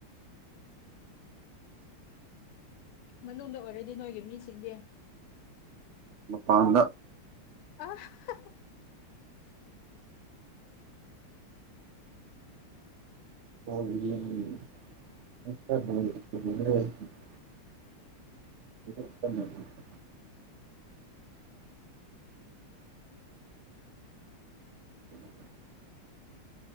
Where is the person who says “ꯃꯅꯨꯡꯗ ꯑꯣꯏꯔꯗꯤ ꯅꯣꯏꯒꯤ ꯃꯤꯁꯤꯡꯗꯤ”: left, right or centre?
Left